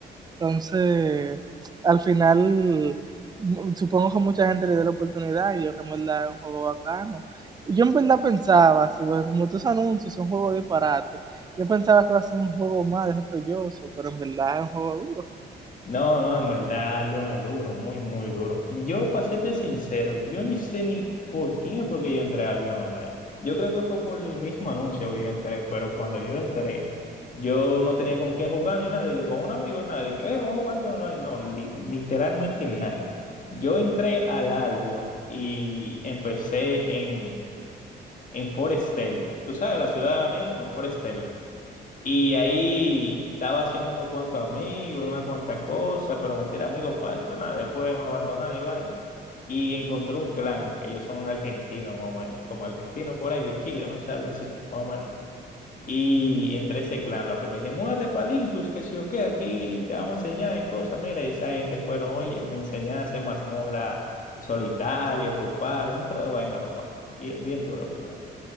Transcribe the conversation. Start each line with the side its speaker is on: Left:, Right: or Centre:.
Right: Entonces, al final, m- supongo que mucha gente le dio la oportunidad y yo que en verdad es un juego bacano. Y Yo en verdad pensaba, así, porque como tus anuncios son juegos de disparate, yo pensaba que iba a ser un juego más de joyoso, pero en verdad es un juego duro.
Left: No, no, en verdad, algo es duro, muy, muy duro. Yo, para serte sincero, yo ni sé ni por quién fue que yo entré al Albion Online. Yo creo que fue por el mismo anuncio que yo entré, pero cuando yo entré, yo no tenía con quién jugar ni nadie, que con un amigo ni nadie, que "Eh, vamos a jugar Albion Online. No, li- literalmente nadie. Yo entré al Albion y empecé en, en Forest Stanley. ¿Tú sabes la ciudad de la nieve? En Forest y ahí estaba haciendo unos cuantos amigos, una cuanta cosa, pero mentira, amigos falsos, nada, después me abandonaron y vaina. Y encontré un clan, que ellos son argentinos más o menos, como argentinos por ahí de Chile, no sé, algo así, más o menos. Y entre ese clan, lo que me dije, múdate para Linkus, que si o qué, aquí te vamos a enseñar y cosas. Mira, y esa gente fueron, oye, me enseñaste mazmorra solitario, grupal, un tro de vaina, papá. Bien, bien duro, en ¿verdad?